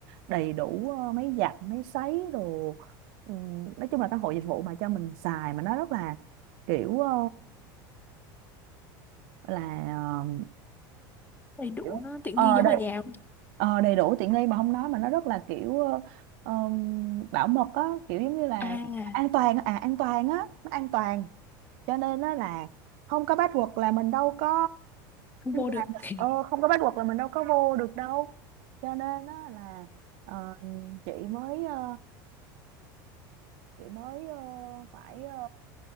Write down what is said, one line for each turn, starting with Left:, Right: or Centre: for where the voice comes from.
Right: đầy đủ ờ, máy giặt máy sấy đồ Ừ, nói chung là căn hộ dịch vụ mà cho mình xài mà nó rất là kiểu ờ, là ờ,
Left: đầy đủ
Right: kiểu
Left: nó tiện
Right: ờ
Left: nghi giống
Right: đầy
Left: ở nhà không?
Right: ờ, đầy đủ tiện nghi mà không nói mà nó rất là kiểu ờ, ờm, bảo mật á kiểu giống như là
Left: À,
Right: an toàn á, à an toàn á nó an toàn cho nên á là không có password là mình đâu có
Left: không vô được.
Right: làm được-
Left: <laughs>
Right: ờ, không có password là mình đâu có vô được đâu cho nên á là ờ, chị mới ờ, chị mới ờ, phải ờ,